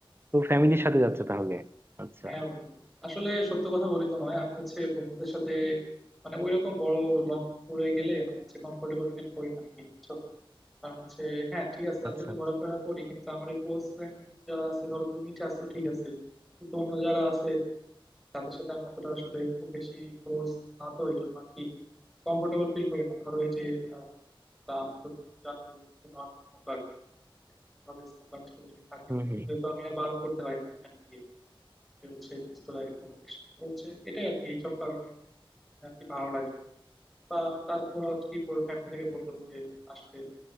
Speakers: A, on the right (about 25°); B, in the centre.
A: তো ফ্যামিলির সাথে যাচ্ছে তাহলে আচ্ছা
B: হ্যাঁ বন্ধু আসলে সত্য কথা বলি তোমায় আমি হচ্ছে বন্ধুদের সাথে মানে ওইরকম বড় লং ট্যুরে গেলে মানে হচ্ছে কমফোর্টেবল ফিল করি না আর কি বুঝছো? কারণ হচ্ছে হ্যাঁ ঠিক আছে তাদের
A: আচ্ছা
B: সাথে
A: আচ্ছা।
B: ঘোরাফেরা করি কিন্তু আমার ওই ক্লোজ ফ্রেন্ড যারা আছে ধরো তুমি আছো ঠিক আছে কিন্তু অন্য যারা আছে তাদের সাথে আমি অতটা আসলে খুব বেশি ক্লোজ না তো এই জন্য আর কি কমফোর্টেবল ফিল করি না ধরো এই যে আহ, তা আমি তো তুমি জানো নন স্মোকার ধরো স্মোকার যদি থাকে
A: হম
B: তাহলে
A: হম
B: তো আমি আর বারণ করতে পারি না ওখানে গিয়ে যে হচ্ছে দোস্তরা এগুলো করিস না। তো হচ্ছে এটাই আর কি এইসব কারণে আর কি ভালো লাগে না বা তারপর আর কি ফ্যামিলি থেকে বললো যে আসতে